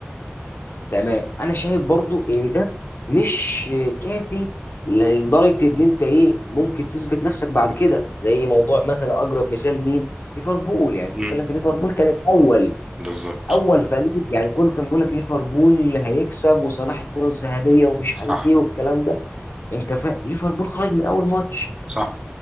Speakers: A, on the left (about 60°); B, on the right (about 20°).
A: تمام انا شايف برضه ان ده مش كافي لدرجه ان انت ايه ممكن تثبت نفسك بعد كده زي موضوع مثلا اقرب مثال مين ليفربول يعني أنت
B: امم
A: بتتكلم في ليفربول كان الاول
B: بالظبط
A: اول فريق يعني كل كان بيقول لك ليفربول هيكسب وصلاح الكره الذهبيه ومش
B: صح
A: عارف ايه والكلام ده انت فاهم ليفربول خرج من اول ماتش
B: صح